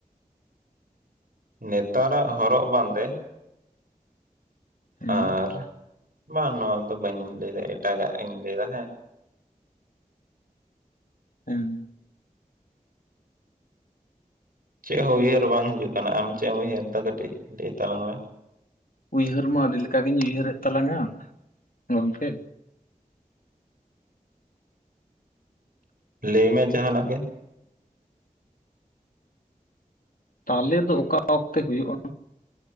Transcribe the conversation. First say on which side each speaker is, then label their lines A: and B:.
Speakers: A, on the right; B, on the left.
A: ᱱᱮᱛᱟᱨᱟᱜ ᱦᱚᱨᱚᱜ ᱵᱟᱸᱫᱮ
B: ᱦᱮᱸ
A: ᱟᱨ ᱵᱟᱝ ᱱᱚᱣᱟ ᱫᱚ ᱵᱟᱹᱧ ᱞᱟᱹᱭᱫᱟ ᱮᱴᱟᱜᱟ ᱤᱧ ᱞᱟᱹᱭ ᱫᱟ ᱦᱮᱸ
B: ᱦᱮᱸ᱾
A: ᱪᱮ ᱦᱚᱸ ᱩᱭᱦᱟᱹᱨ ᱵᱟᱝ ᱦᱤᱡᱩᱜ ᱠᱟᱱᱟ ᱟᱢ ᱪᱮᱫ ᱮᱢ ᱩᱭᱦᱟᱹᱨ ᱫᱟ ᱠᱟᱹᱴᱤᱡ ᱞᱟᱹᱭ ᱛᱟᱞᱟᱝ ᱢᱮ
B: ᱩᱭᱦᱟᱹᱨ ᱢᱟ ᱟᱹᱰᱤᱞ ᱞᱮᱠᱟ ᱜᱤᱧ ᱩᱭᱦᱟᱹᱨᱮᱫ ᱛᱟᱞᱟᱝᱟ ᱜᱚᱝᱠᱮ
A: ᱞᱟᱹᱭᱢᱮ ᱡᱟᱦᱟᱸ ᱱᱟᱜ ᱜᱮ
B: ᱛᱟᱞᱮ ᱫᱚ ᱚᱠᱟ ᱚᱠᱛᱮ ᱦᱩᱭᱩᱜᱼᱟ,